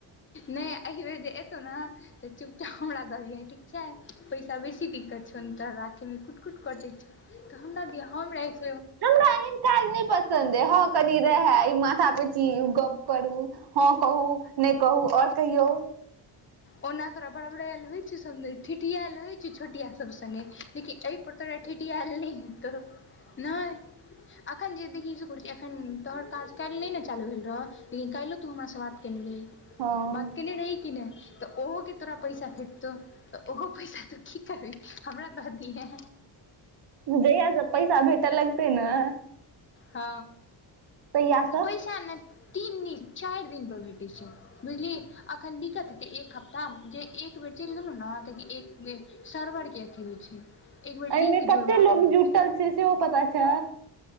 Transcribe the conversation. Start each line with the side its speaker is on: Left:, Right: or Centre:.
Left: नै एहिबेर जे एतौ न तऽ चुपचाप हमरा दऽ दिहे ठीक छै पैसा बेसी दिक्कत छौ ने तोरा राखेमे। कुट - कुट कटै छै, तऽ हमरा दिहे हम राइख
Right: हमरा एहन काज नै पसन्द ऐय, ह कनि रेहे इ माथा पेची गप करू। ह कहू नै कहू और कहियौ।
Left: ओना तोरा बड़बरेल होइ छौ, समदेर ठिठियेल होइ छै छोटिया सब सने। एहि पर तोरा ठिठियेल नै हेतौ नय। अखन जे देखिय एखन तोहर काज काइल नै ने चालू भेल रहौ, लेकिन काईलो तू हमरा सँ बात केने रही,
Right: हँ
Left: बात केने रही कि नै? तऽ ओहोके तोरा पैसा भेटतौ, तऽ ओहो पैसा तू की करबी हमरा द दिहे।
Right: जैइहा स पैसा भेट लगतै न
Left: ह
Right: तहिया से
Left: पैसा ने। तीन दिन, चैर दिन पर भेटै छै। बुझलिही अखन दिक्कत हेतै एक हफ्ताह, जे एक बेर चैल गेलऊ न, त इ एक मे सर्वर के अथी होइ छै। एक बेर
Right: ऐयमे
Left: लिंक
Right: कते
Left: जुड़बाक
Right: लोग
Left: रहै
Right: जुटल छै सेहो पता छौ।